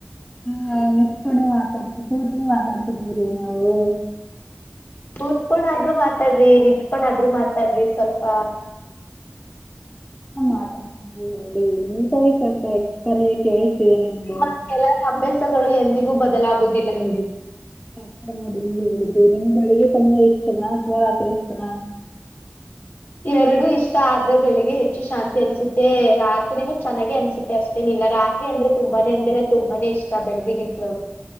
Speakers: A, on the left; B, on the left.
A: ಹಾ ನೀತ್ಕೊಂಡು ಮಾತಾಡ್ತವಿ ಕೊತ ಮಾತಾಡ್ತಿದೀರಿ ನಾವು
B: ಕೂತ್ಕೊಂಡಾದ್ರು ಮಾತಾಡ್ರಿ ನಿಂತ್ಕೊಂಡ ಆದ್ರು ಮಾತಾಡ್ರಿ ಸ್ವಲ್ಪ
A: ಮಾತಾಡ್ತಿದವಿ ಹೇಳಿ ನೀಟಾಗಿ ಕಲಿಸತ ಇದೆ ಕೇಳಿ ಕೇಳಿ ಸೀತಲಾ ನಿಮಗೆ
B: ನಿಮ್ಮ ಕೆಲ ಅಭ್ಯಾಸಗಳು ಎಂದಿಗೂ ಬದಲಾಗುದಿಲ್ಲ ನೋಡಿ
A: ಆ ನೋಡ ನೀ ಹೇಳಿದ್ದು ನಿಮ್ ಬೆಳಗ್ ಸಮಯ ಇಷ್ಟಣ ಅಥವಾ ರಾತ್ರಿ ಇಷ್ಟತಣ
B: ಎರಡು ಇಷ್ಟ ಆದ್ರೆ ಬೆಳಿಗ್ಗೆ ಹೆಚ್ಚು ಶಾಂತಿ ಅನ್ಸುತ್ತೆ ರಾತ್ರಿನೂ ಚೆನ್ನಾಗ ಅನ್ಸುತ್ತೆ ಅಷ್ಟೇ ಏನ ಇಲ್ಲಾ ರಾತ್ರಿ ಅಂದ್ರೆ ತುಂಬಾನೇ ಅಂದ್ರೆ ತುಂಬಾನ ಇಷ್ಟ ಬೆಳಗೆಗ್ಗಿಂತಲು